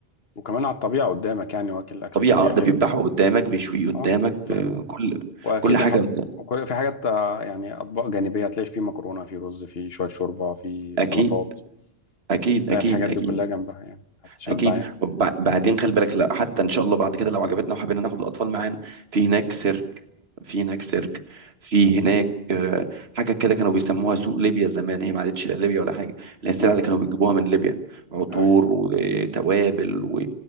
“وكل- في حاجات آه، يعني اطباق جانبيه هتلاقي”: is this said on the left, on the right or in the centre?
Left